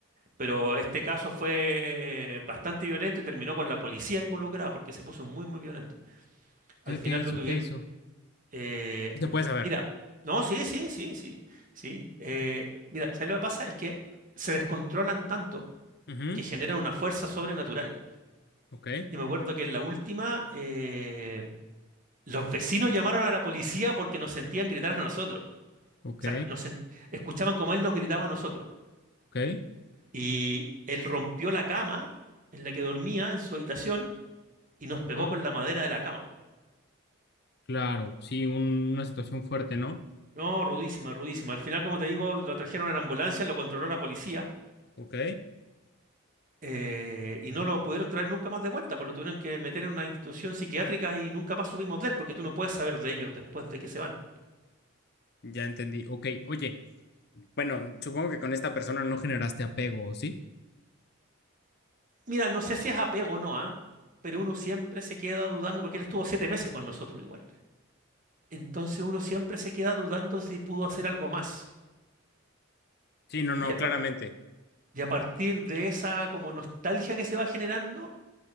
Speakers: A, on the right; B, on the left.
A: Pero este caso fue bastante violento y terminó con la policía involucrada porque se puso muy, muy violento. Al
B: ¿Qué,
A: final
B: qué hizo?
A: lo tuvieron...
B: ¿Qué hizo?
A: eh,
B: Sí Se puede saber.
A: mira, no, sí, sí, sí, sí, sí. Eh, mira, ¿sabes lo que pasa? Es que se descontrolan tanto
B: Ujú,
A: que generan una fuerza sobrenatural.
B: Ok,
A: Y me acuerdo que en la última, eh, los vecinos llamaron a la policía porque nos sentían gritar a nosotros.
B: ok,
A: O sea, nos sen- escuchaban como él nos gritaba a nosotros.
B: ok.
A: Y él rompió la cama en la que dormía en su habitación y nos pegó
B: Ajá.
A: con la madera de la cama.
B: Claro, sí, un- una situación fuerte, ¿no?
A: No, rudísima, rudísima. Al final, como te digo, lo trajeron en ambulancia, lo controló la policía
B: Ok,
A: eh, y no lo pudieron traer nunca más de vuelta, pues lo tuvieron que meter en una institución psiquiátrica y nunca más supimos de él, porque tú no puedes saber de ellos después de que se van.
B: ya entendí. Ok, oye, bueno, supongo que con esta persona no generaste apego, ¿o ¿sí?
A: Mira, no sé si es apego o no, ¿ah? Pero uno siempre se queda dudando, porque él estuvo siete meses con nosotros igual. Entonces uno siempre se queda dudando si pudo hacer algo más.
B: Sí, no, no,
A: Y a,
B: claramente.
A: pa- y a partir de esa como nostalgia que se va generando,